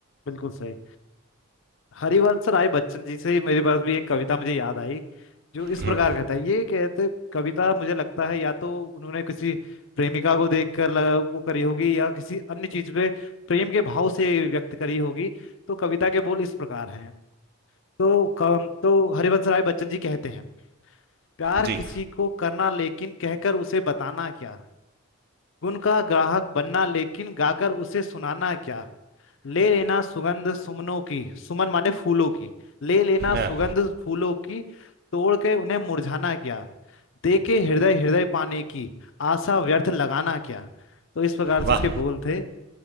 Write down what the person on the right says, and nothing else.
हम्म,
जी
हाँ
वाह